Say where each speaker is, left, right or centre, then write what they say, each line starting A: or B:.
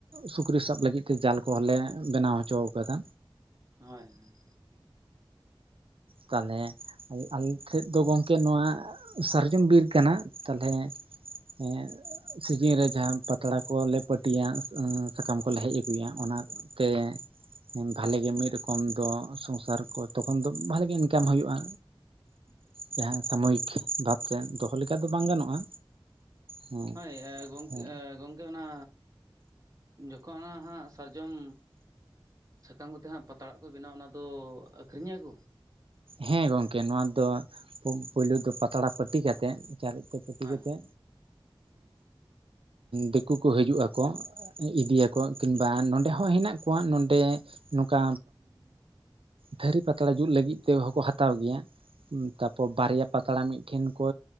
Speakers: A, on the right; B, on the right.
A: ᱥᱩᱠᱨᱤ ᱥᱟᱵ ᱞᱟᱹᱜᱤᱫ ᱛᱮ ᱡᱟᱞ ᱠᱚᱦᱚᱸ ᱞᱮ ᱵᱮᱱᱟᱣ ᱦᱚᱪᱚ ᱦᱚᱪᱚ ᱠᱟᱫᱟ᱾
B: ᱦᱳᱭ ᱦᱳᱭ
A: ᱛᱟᱦᱚᱞᱮ ᱟᱞᱮ ᱴᱷᱮᱡ ᱫᱚ ᱜᱚᱝᱠᱮ ᱱᱚᱣᱟ ᱥᱟᱨᱡᱚᱢ ᱵᱤᱨ ᱠᱟᱱᱟ, ᱛᱟᱦᱚᱞᱮ ᱦᱮᱸ ᱥᱤᱡᱤᱱ ᱨᱮ ᱡᱟᱦᱟᱸ ᱯᱟᱛᱲᱟ ᱠᱚᱞᱮ ᱯᱟᱹᱴᱤᱭᱟ ᱥᱟᱠᱟᱢ ᱠᱚᱞᱮ ᱦᱮᱡ ᱟᱹᱜᱩᱭᱟ᱾ ᱚᱱᱟ ᱛᱮ ᱵᱷᱟᱞᱮᱜ ᱜᱮ ᱢᱤᱫ ᱨᱚᱠᱚᱢ ᱫᱚ ᱥᱚᱝᱥᱟᱨ ᱠᱚ ᱛᱚᱠᱷᱚᱱ ᱫᱚ ᱵᱟᱜᱮ ᱤᱱᱠᱟᱢ ᱦᱩᱭᱩᱜᱼᱟ᱾ ᱡᱟᱦᱟᱸ ᱥᱟᱢᱚᱭᱤᱠ ᱵᱷᱟᱵᱛᱮ ᱫᱚᱦᱚ ᱞᱮᱠᱟ ᱫᱚ ᱵᱟᱝ ᱜᱟᱱᱚᱜᱼᱟ᱾ ᱦᱮᱸ
B: ᱦᱚᱭ
A: ᱦᱮᱸ
B: ᱜᱚᱢᱠᱮ ᱚᱱᱟ ᱡᱚᱠᱷᱚᱱ ᱦᱟᱸᱜ ᱥᱟᱨᱡᱚᱢ ᱥᱟᱠᱟᱢ ᱠᱚᱛᱮ ᱦᱟᱸᱜ ᱯᱟᱛᱲᱟᱜ ᱠᱚ ᱵᱮᱱᱟᱣᱟ ᱚᱱᱟ ᱫᱚ ᱟᱹᱠᱷᱨᱤᱧᱮᱜᱟ ᱠᱚ?
A: ᱦᱮᱸ ᱜᱚᱝᱠᱮ ᱱᱚᱣᱟ ᱫᱚ ᱯᱳᱭᱞᱳ ᱫᱚ ᱯᱟᱛᱲᱟ ᱯᱟᱹᱴᱤ ᱠᱟᱛᱮᱫ ᱪᱟᱨᱮᱪ ᱛᱮ ᱯᱟᱹᱴᱤ
B: ᱦᱳᱭ
A: ᱠᱟᱛᱮᱜ ᱮ ᱫᱤᱠᱩ ᱠᱚ ᱦᱤᱡᱩᱜ ᱟᱠᱚ ᱤᱫᱤᱭᱟ ᱠᱚ᱾ ᱠᱤᱝᱵᱟ ᱱᱚᱰᱮ ᱦᱚᱸ ᱦᱮᱱᱟᱜ ᱠᱚᱣᱟ ᱱᱚᱰᱮ ᱱᱚᱝᱠᱟ ᱛᱷᱟᱹᱨᱤ ᱯᱟᱛᱲᱟ ᱡᱩᱛ ᱞᱟᱹᱜᱤᱫ ᱛᱮ ᱦᱚᱸᱠᱚ ᱦᱟᱛᱟᱣ ᱜᱮᱭᱟ᱾ ᱛᱟᱯᱚᱨ ᱵᱟᱨᱭᱟ ᱯᱟᱛᱲᱟ ᱢᱤᱫᱴᱷᱮᱱ ᱠᱚ